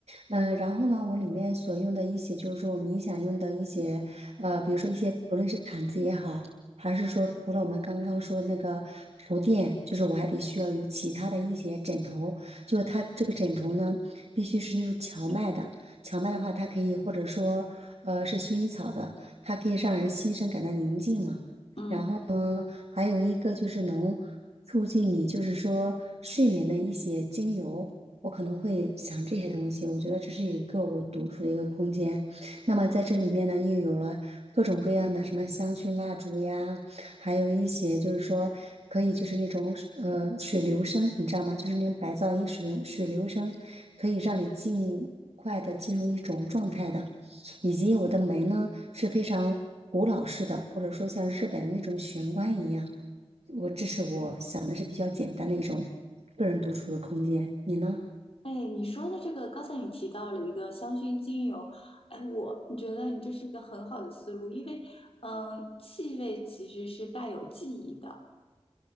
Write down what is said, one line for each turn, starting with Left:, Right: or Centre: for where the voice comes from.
Right: 嗯、呃然后呢，我里面所用的一些就是说我们冥想用的一些，呃，比如说一些不论是毯子也好，还是说除了我们刚刚说那个铺垫，就是我还得需要有其他的一些枕头，就是它这个枕头呢必须是那种荞麦的，荞麦的话它可以或者说呃是薰衣草的，它可以让人心生感到宁静嘛。
Left: 嗯，
Right: 嗯，还有一个就是能促进你就是说睡眠的一些精油，我可能会想这些东西。我觉得这是一个我独处的一个空间。那么在这里面呢，又有了各种各样的什么香薰蜡烛呀，还有一些就是说可以就是那种呃水流声，你知道吗？就是那种白噪音水流水流声，可以让你尽快的进入一种状态的。以及我的门呢是非常古老式的，或者说像日本的那种玄关一样。我这是我想的是比较简单的一种个人独处的空间。你呢？
Left: 哎，你说的这个，刚才你提到了一个香薰精油，哎，我觉得你这是一个很好的思路，因为嗯，气味其实是带有记忆的。